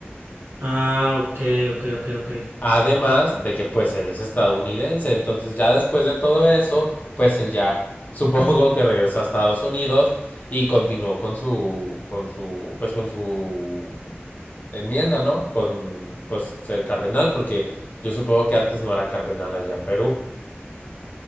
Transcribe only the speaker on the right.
Ah, ok, ok, ok, ok.